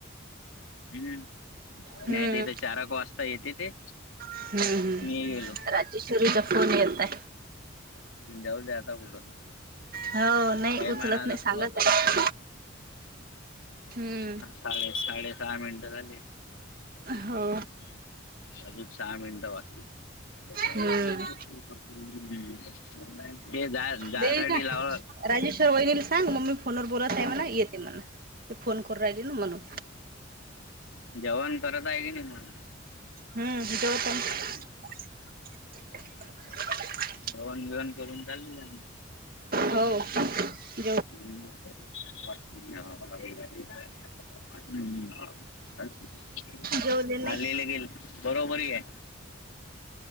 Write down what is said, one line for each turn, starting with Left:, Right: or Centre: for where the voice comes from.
Left: हम्म
Right: हम्म
Left: नाही तिथं चारक वाजता येते ते
Right: हम्म हम्म
Left: मी गेलो
Right: राजेश्वरी फोन येताय
Left: जाऊदे आता कुठं
Right: हो नाही
Left: टाइम
Right: उचलत
Left: <unintelligible>
Right: नाही सांगत
Left: थोडंसं
Right: आहे हम्म
Left: साडे साडेसहा मिनिटं झाली.
Right: हो
Left: अजूक सहा मिनिटं बाकीत
Right: हम्म
Left: ते जा जायसाठी
Right: देईल का
Left: लावलं
Right: राजेश्वर वहिनीला सांग मम्मी फोनवर बोलत आहे म्हणा येते म्हणा ते फोन करू राहिली ना म्हणून
Left: जेवण करत आहे की नाही मग
Right: हम हित होतं न <unintelligible>
Left: जेवन गिवन करून चालली जाय मग
Right: हो <inaudible>
Left: हम्म. <unintelligible>
Right: जेवले नाही
Left: गेले गेले बरोबर घ्या